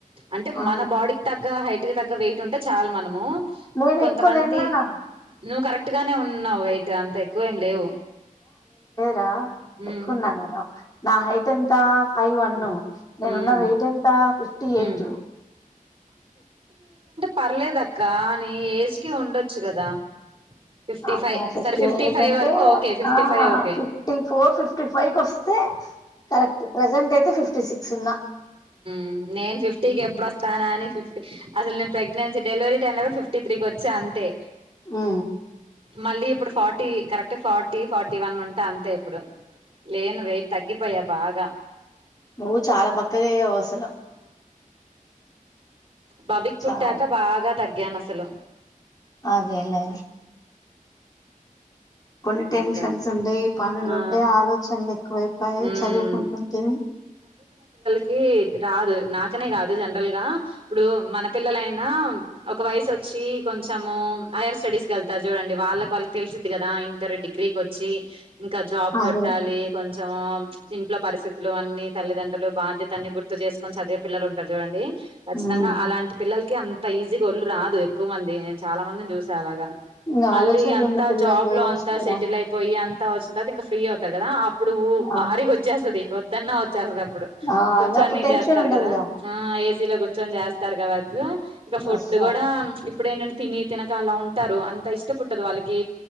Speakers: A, on the right (about 40°); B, on the left (about 25°).
A: అంటే
B: ఆ
A: మన బాడీకి తగ్గ హైట్ కి తగ్గ వెయి ఇట్ ఉంటే చాలు మనము
B: నేను
A: కొంతమంది
B: ఎక్కువ లేన్నానా
A: నువ్వు కరెక్ట్ గానే ఉన్నావు వెయిట్ అంత ఎక్కువేం లేవు
B: ద
A: ఉమ్
B: ఎక్కువన్నా నేను నా హైట్ ఎంత ఫైవ్ వన్
A: ఉమ్
B: నేను
A: ఉమ్
B: ఉన్న వెయిట్ ఎంత ఫిఫ్టీ ఎయిట్
A: ఉమ్ పర్లేదక్క నీ ఏజ్ కి ఉండొచ్చు కదా ఫిఫ్టీ
B: అమ్మో
A: ఫైవ్
B: ఫిఫ్టీ
A: సరే
B: ఎయిట్
A: ఫైవ్
B: అంటే
A: వరకు ఓకే fifty
B: ఆ
A: five okay
B: fifty four fifty five వస్తే కరెక్ట్ ప్రెంజెంట్ అయితే ఫిఫ్టీ సిక్స్ ఉన్నా
A: మ్ నేను ఫిఫ్టీకి
B: ఉమ్
A: ఎప్పుడుొస్తానా అని ఫిఫ్టీ అసలు నేను ప్రేగ్నన్సీ డెలివరీ టైంలో కూడా ఫిఫ్టీ త్రి కి వచ్చా అంతే
B: మ్
A: మళ్ళీ ఇప్పుడు forty correct forty forty one ఉంట అంతే ఇప్పుడు లేను వెేయిట్ తగ్గిపోయ బాగ్ గా
B: మూత్ చాలా బక్కగాయ్యవసలు
A: బవిక్ పుట్టాక
B: చాలా
A: బాగా తగ్గాను అసలు
B: అదేలే కొన్ని టెన్షన్స్
A: ఇంకా
B: ఉండేయి పనులు
A: ఆ
B: ఉండే ఆలోచనలు ఎక్కువైపోయి
A: మ్
B: చదువుకుంటుంటే
A: కి రాదు నాకనే కాదు జనరల్ గా ఇప్పుడు మన పిల్లలైనా ఒక వయసు వచ్చి కొంచెము హైయర్ స్టడీస్కి వెళ్తారు చూడండి వాళ్ళకి వాళ్ళకి తెలిసిది కదాం ఇక్కర డిగ్రీకి వచ్చి ఇంక జాబ్
B: అదే
A: కొట్టాలి కొంచం ఇంట్లో పరిస్థితులు అన్నితల్లిదండ్రులు బాధ్యతలన్ని గుర్తు చేసుకొని చదివే పిల్లలు ఉంటరు చూడండి ఖచ్చితంగా
B: ఉమ్
A: అలాంటి పిల్లలకి అంత ఈజీగోళ్లుు రాదు ఎక్కువ మంది నే చాలా మందిని చూసాఅలాగా
B: ఇంగ
A: మళ్ళీ
B: ఆలోచనలు
A: అంత
B: ఉన్న పిల్లకి
A: జాబ్ లో
B: ఏం
A: అ
B: వస్తారా
A: కా సెటిలైపోయి ఇగ అంత వోచ్చిన తర్వాత ఇంకా ఫ్రీ అవుతారు కదా ఇప్పుడు
B: ఆ
A: భారీగావోచ్చేస్తది తన్నా త్ చేస్తది అప్పుడు
B: ఆ
A: కూర్చొని
B: ఇంగ అప్పుడు టెన్షన్
A: చేస్తారు
B: ఉండదుగా
A: కదా ఆ ఏసి లొ కూర్చ కొంచెం చేస్తారు క వర్కు ఇంకా ఫుడ్
B: వస్తారు
A: కూడా ఇప్పుడు ఏంటంటే తిని తినక అలా ఉంటారు అంత ఇష్ట పుట్టదు వాళ్ళకి